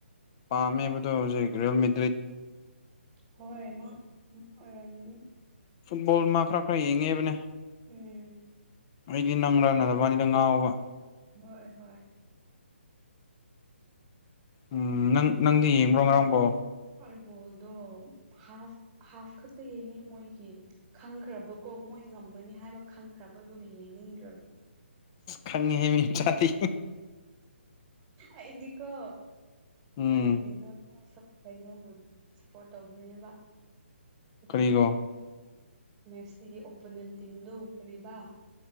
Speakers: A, on the left; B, on the right.
A: ꯄꯥꯝꯃꯦꯕꯗꯣ ꯍꯧꯖꯤꯛ ꯔꯤꯌꯦꯜꯃꯤꯇ꯭ꯔꯤꯠ
B: ꯍꯣꯏ ꯃꯥ ꯃꯥ ꯑꯣꯏꯔꯝꯅꯤ
A: ꯐꯨꯠꯕꯣꯜ ꯃꯥ ꯈꯔ ꯈꯔ ꯌꯦꯡꯉꯦꯕꯅꯦ
B: ꯎꯝ
A: ꯑꯩꯗꯤ ꯅꯪꯂꯥꯅ ꯅꯕꯥꯅꯤꯗ ꯉꯥꯎꯕ
B: ꯍꯣꯏ ꯍꯣꯏ
A: ꯎꯝ ꯅꯪ ꯅꯪꯗꯤ ꯌꯦꯡꯕ꯭ꯔꯣ ꯉꯔꯥꯡꯕꯣ
B: ꯍꯣꯏ ꯕꯣꯜꯗꯣ ꯍꯥꯐ ꯍꯥꯐ ꯈꯛꯇ ꯌꯦꯡꯉꯦ ꯃꯣꯏꯒꯤ ꯈꯪꯈ꯭ꯔꯕꯀꯣ ꯃꯣꯏ ꯉꯝꯃꯅꯤ ꯍꯥꯏꯕ ꯈꯪꯈ꯭ꯔꯕ ꯑꯗꯨꯕꯨ ꯌꯦꯡꯅꯤꯡꯗ꯭ꯔꯕ
A: ꯈꯪꯉꯦꯍꯦ ꯃꯤ ꯃꯆꯥꯗꯤ
B: ꯑꯩꯗꯤꯀꯣ
A: ꯎꯝ
B: ꯑ ꯀꯩꯅꯣ ꯀꯩꯅꯣꯝꯕꯨ ꯁꯞꯄꯣꯔꯠ ꯇꯧꯒꯅꯦꯕ ꯀꯅꯥ
A: ꯀꯔꯤꯒꯣ
B: ꯃꯦꯠꯁꯁꯤꯒꯤ ꯑꯣꯄꯣꯅꯦꯟ ꯇꯤꯝꯗꯨ ꯀꯔꯤꯕ